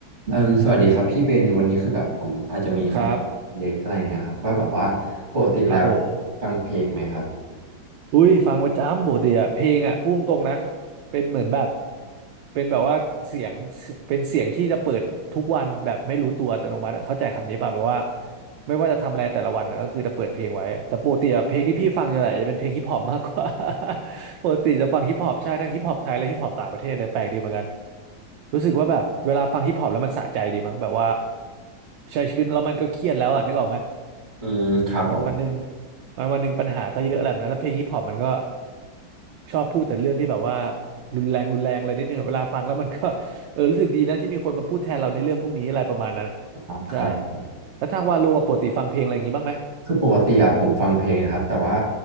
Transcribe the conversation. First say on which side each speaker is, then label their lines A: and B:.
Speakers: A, on the right (about 35°); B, on the right (about 75°).
A: เอ่มสวัสดีครับพี่เบนวันนี้คือแบบผมอาจจะมีคำเล็กอะไรเงี้ยครับว่าแบบว่าปกติแล้ว
B: ครับครับผม
A: ฟังเพลงไหมครับ
B: อุ้ยฟังประจำปกติอะเพลงอะพุ่งตรงๆนะเป็นเหมือนแบบเป็นแบบว่าเสียงเป็นเสียงที่จะเปิดทุกวันแบบไม่รู้ตัวอัตโนมัติอะเข้าใจคำนี้ป่ะแบบว่าไม่ว่าจะทำอะไรแต่ละวันนะก็คือจะเปิดเพลงไว้อะแต่ปกติอะเพลงที่พี่ฟังจะไหนจะเป็นเพลงฮิปฮอปมากกว่า <laughs> ปกติจะฟังฮิปฮอปใช่ทั้งฮิปฮอปไทยและฮิปฮอปต่างประเทศเลยแปลกดีเหมือนกันรู้สึกว่าแบบเวลาฟังฮิปฮอปแล้วมันสะใจดีมั้งแบบว่าใช้ชีวิตแล้วมันก็เครียดแล้วอะนึกออกไหม
A: อืมครับผม
B: วันวันหนึ่งวันวันหนึ่งปัญหาก็เยอะอะไรแบบนั้นแล้วเพลงฮิปฮอปมันก็ชอบพูดแต่เรื่องที่แบบว่ารุนแรงรุนแรงอะไรนิดนึงอะเวลาฟังแล้วมันก็ <laughs> เออรู้สึกดีนะที่มีคนมาพูดแทนเราในเรื่องพวกนี้อะไรประมาณนั้น
A: อ่าครับ
B: ใช่แล้วทางวาโลอะปกติฟังเพลงอะไรอย่างนี้บ้างไหม
A: คือปกติอะผมฟังเพลงนะครับแต่ว่า